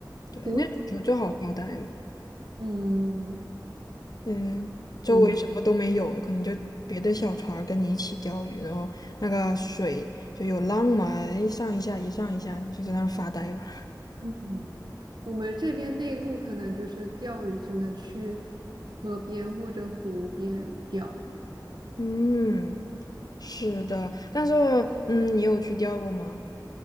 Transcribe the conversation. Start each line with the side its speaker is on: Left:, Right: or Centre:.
Left: 对，
Right: 湖
Left: 那种就最好发呆了。
Right: 嗯
Left: 嗯，周围什么都没有，
Right: 嗯
Left: 可能就别的小船儿跟你一起钓鱼，然后那个水就有浪嘛，一上一下，一上一下，就在那儿发呆吧。
Right: 嗯，我们这边内陆可能就是钓鱼，只能去河边或者湖边钓。
Left: 嗯，是的，但是嗯，你有去钓过吗？